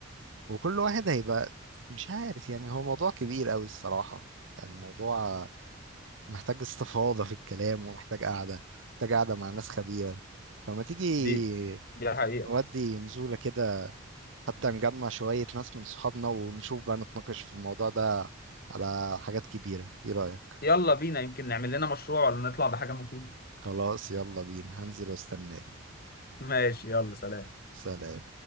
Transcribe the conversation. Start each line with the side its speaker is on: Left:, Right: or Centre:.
Right: وكل واحد هيبقى مش عارف يعني هو موضوع كبير أوي الصراحة يعني موضوع محتاج استفاضة في الكلام ومحتاج قعدة محتاج قعدة مع ناس خبيرة فما تيجي
Left: دي دي حقيقه
Right: نودي نزولة كده حتى نجمع شوية ناس من صحابنا ونشوف بقى نتناقش في الموضوع ده على حاجات كبيرة ايه رأيك؟
Left: يلا بينا يمكن نعمل لنا مشروع ولا نطلع بحاجه مفيده
Right: خلاص يلا بينا هنزل واستناك
Left: ماشي يلا سلام
Right: سلام